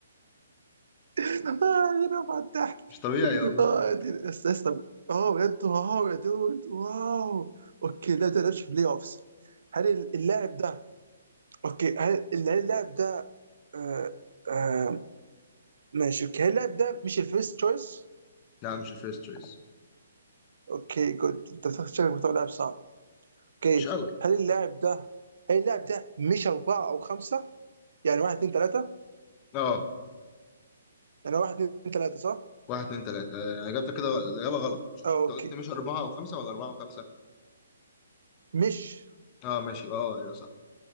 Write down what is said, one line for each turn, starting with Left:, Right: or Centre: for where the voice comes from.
Right: اه يا رفع الضحك
Left: مش طبيعي والله
Right: اه دي- بس لسه اه بجد واو يا دود واو اوكي لا ده لعبش بلاي اوفس هل اللاعب ده اوكي هل هل اللاعب ده آه آه ماشي اوكي هل اللاعب ده مش الفيرست تشويس؟
Left: لا مش الفيرست تشويس
Right: اوكي جود انت بتاخد شكلك بتاخد لاعب صعب اوكي
Left: مش قوي
Right: هل اللاعب ده هل اللاعب ده مش أربعة أو خمسة؟ يعني واحد اتنين تلاتة؟
Left: اه
Right: يعني واحد اتنين تلاتة صح؟
Left: واحد اتنين تلاتة آه، اجابتك كده غ- الإجابة غلط مش-
Right: آه
Left: انت
Right: اوكي
Left: قلت مش أربعة أو خمسة ولا أربعة وخمسة
Right: مش
Left: اه ماشي اه يا صح